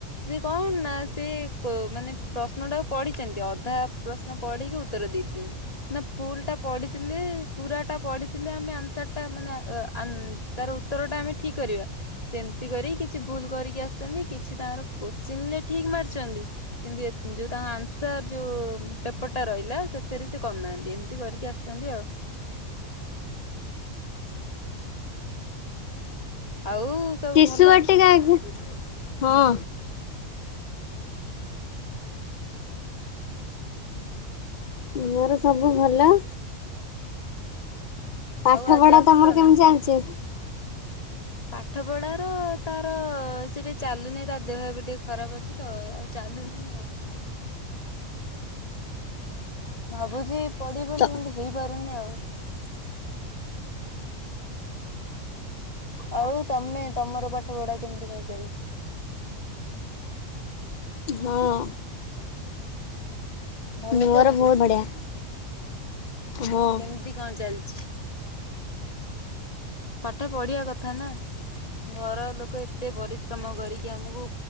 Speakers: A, on the left (about 25°); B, on the left (about 80°).
A: ସେି କଣ ନା ସେ ମାନେ ପ୍ରଶ୍ନ ଟାକୁ ପଢିଛନ୍ତି ଅଧା ପ୍ରଶ୍ନ ପଢିକି ଉତ୍ତର ଦେଇ ଦେଇଛନ୍ତି ଫୁଲ ଟା ପଢିଥିଲେ ପୁରା ଟା ପଢିଥିଲେ ଆମେ ଆନ୍ସର ଟା ମାନେ ତାର ଉତ୍ତର ଟା ଆମେ ଠିକ କରିବା ସେମିତି କରି କିଛି ଭୁଲ କରିକି ଆସିଛନ୍ତି କିଛି ତାଙ୍କର କୋଶ୍ଚିନ ଠିକ ମାରିଛନ୍ତି କିନ୍ତୁ ଯୋଉ ତାଙ୍କ ଆନ୍ସର ଯୋଉ ପେପର ଟା ରହିଲା ସେଥିରେ ସେ କରିନାହାନ୍ତି ଏମିତି କରିକି ଆସିଛନ୍ତି ଆଉ। ଆଉ ସବୁ
B: ଶିଶୁ
A: ଭଲ
B: ବାଟିକା ଏକ୍ଜା ହଁ। ମୋର ସବୁ ଭଲ ପାଠ
A: ଆଉ ଆଜି
B: ପଢା
A: ଆସିଲ
B: ତମର
A: ନା?
B: କେମିତି ଚାଲିଛି।
A: ପାଠ ପଢାର ତାର ସେ ଟିକେ ଚାଲୁନି ତାର ଦେହ ଏବେ ଟିକେ ଖରାପ ଅଛି ତ ଆଉ ଚାଲୁନି ଆଉ ଭାବୁଛି ପଡେ ବୋଲି
B: ତ
A: କିନ୍ତୁ ହେଇପାରୁନି ଆଉ। <inaudible> ଆଉ ତମେ ତମର ପାଠ ପଢା କେମିତି କଣ ଚାଲିଛି?
B: ହଁ
A: ଭଲ
B: ମୋର
A: ଚାଲିଛି?
B: ବହୁତ ବଢିଆ। ହଁ
A: କେମିତି କଣ ଚାଲିଛି? ପାଠ ପଢିବା କଥା ନା ଘର ଲୋକ ଏତେ ପରିଶ୍ରମ କରିକି ଆମକୁ